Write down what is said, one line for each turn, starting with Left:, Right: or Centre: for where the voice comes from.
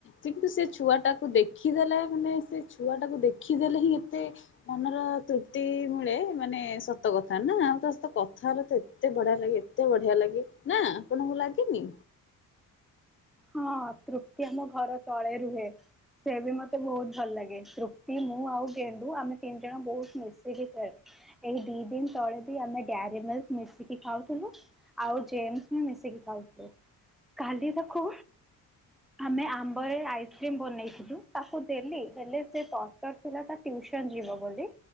Left: କିନ୍ତୁ ସେ ଛୁଆ ଟାକୁ ଦେଖିଦେଲେ ମାନେ ସେ ଛୁଆ ଟାକୁ ଦେଖିଦେଲେ ହିଁ ଏତେ ମନର ତୃପ୍ତି ମିଳେ ମାନେ ସତକଥା। କ ନା ଆମ ତ କଥା ହେଲେ ତ ଏତେ ବଢିଆ ଲାଗେ। ଏତେ ବଢିଆ ଲାଗେ ନା ଆପଣଙ୍କୁ ଲାଗେନି?
Centre: ହଁ ତୃପ୍ତି ଆମ ଘର ତଳେ ରୁହେ, ସେ ବି ମୋତେ ବହୁତ ଭଲ ଲାଗେ, ତୃପ୍ତି ମୁଁ ଆଉ ଗେଣ୍ଡୁ ଆମେ ତିନି ଜଣ ବହୁତ ମିଶିକି ଖେଳେୁ, ଏଇ ଦି ଦିନ ତଳେ ବି ଆମେ ଡାରୀ ମିଲ୍କ ମିଶିକି ଖାଉଥୁଲୁ, ଆଉ ଜେମସ୍ ବି ମିଶିକି ଖାଉଥିଲୁ, କାଲି ତ ଖ ଆମେ ଆମ୍ବରେ ଆଇସ୍କ୍ରିମ୍ ବନେଇଥିଲୁ, ତାକୁ ଦେଲି ହେଲେ ସେ ତରତର ଥିଲା ତା ଟିଉସନ ଯିବ ବୋଲି,